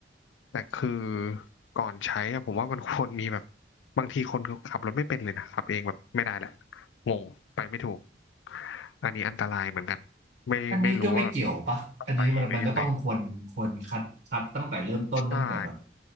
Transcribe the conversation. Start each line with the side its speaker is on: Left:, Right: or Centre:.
Left: แต่คือก่อนใช้อะผมว่ามันควรมีแบบบางทีคนขับรถไม่เป็นเลยนะขับเองแบบไม่ได้แหละงงไปไม่ถูกอันนี้อันตรายเหมือนกันไม่ไม่รู้ว่าแบบ
Right: อันนี้ก็ไม่เกี่ยวปะอันนี้มันมันก็ต้องควรควรคัดคัดตั้งแต่เริ่มต้นตั้งแต่แบบ
Left: ต้องไปหรือยังไงใช่